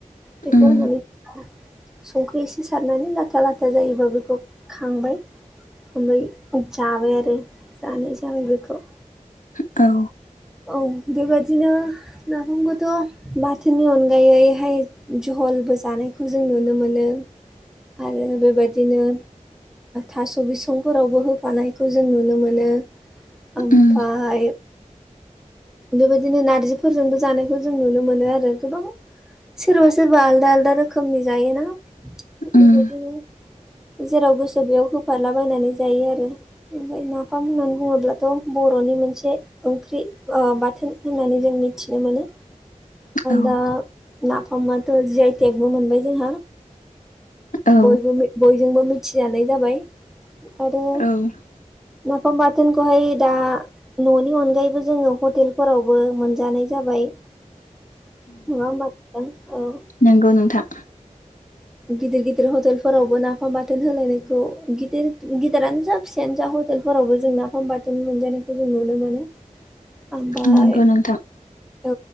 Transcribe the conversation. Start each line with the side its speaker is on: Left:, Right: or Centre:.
Centre: बेखौ
Left: उम
Centre: होनानै संख्रि एसे सारनानै लाथा लाथा जायोबा बेखौ खांबाय ओमफ्राय जाबाय आरो जानाय जाबाय बेखौ
Left: औ
Centre: औ बेबायदिनो नाफामखौथ' बाथोननि अनगायैहाय जलबो जानायखौ जों नुनो मोनो आरो आरो बेबायदिनो थास' बिसंफोरावबो होफानायखौ जों नुनो मोनो ओमफ्राय
Left: उम
Centre: बेबायदिनो नारजि फोरजोंबो जानायखौ जों नुनो मोनो आरो गोबां सोरबा सोरबा आलदा आलदा रोखोमनि जायोना बेबायदिनो
Left: उम
Centre: जेराव गोसो बेयाव होफालाबायनानै जायो आरो ओमफ्राय नाफाम होननानै बुङोब्लाथ' बर'नि मोनसे ओंख्रि आ बाथोन होननानै जों मिथिनो मोनो
Left: औ
Centre: दा नाफामाथ जि आइ टेकबो मोनबाय जोंहा
Left: औ
Centre: बयबो बयजोंबो मिथिजानाय जाबाय आरो
Left: औ उम
Centre: नाफाम बाथोनखौहाय दा न'नि अनगायैबो जोङो हटेलफोरावबो मोनजानाय जाबाय नङा होमबा औ
Left: नंगौ नोंथां
Centre: गिदिर गिदिर हटेलफोरावबो नाफाम बाथोन होलायनायखौ गिदिर गिदिरानो जा फिसायानो जा हटेलफोरावबो जों नाफम बाथोन मोनजानायखौ जों नुनो मोनो
Left: <inaudible>
Centre: ओमफ्राय
Left: नंगौ नोंथां
Centre: औ